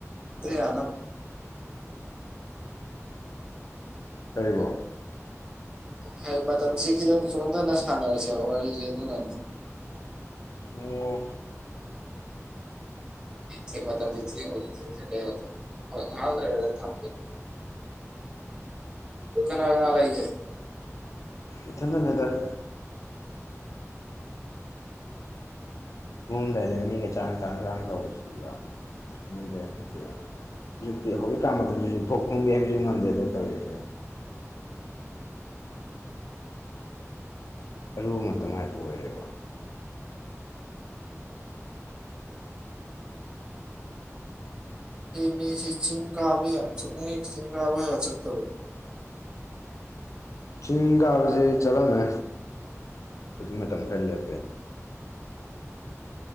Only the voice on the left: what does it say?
ꯀꯔꯤꯕꯣ
ꯑꯣ
ꯏꯊꯦꯟꯗꯅꯦꯗꯔ ꯌꯝꯗꯥꯏꯗ ꯃꯤꯒ ꯆꯥꯡ ꯆꯥꯡ ꯆꯥꯡ ꯇꯧꯕꯁꯨ ꯌꯥꯝ ꯈꯗꯦ ꯍꯥꯏꯗꯤ ꯍꯧꯖꯤꯛꯇꯤ ꯍꯧꯖꯤꯛꯀꯥꯟ ꯃꯇꯝꯗꯁꯨ ꯌꯨꯝꯊꯣꯛ ꯐꯪꯗꯦ ꯍꯥꯏꯕꯁꯨ ꯉꯝꯗꯦꯗꯅ ꯇꯧꯔꯤꯁꯦ ꯑꯔꯨꯕ ꯃꯇꯝ ꯍꯥꯏꯕ ꯑꯣꯏꯔꯌꯦ
ꯆꯤꯡ ꯀꯥꯕꯁꯤ ꯆꯠꯂꯝꯃꯦ ꯍꯧꯖꯤꯡ ꯃꯇꯝ ꯈꯔ ꯂꯦꯞꯄꯤꯦ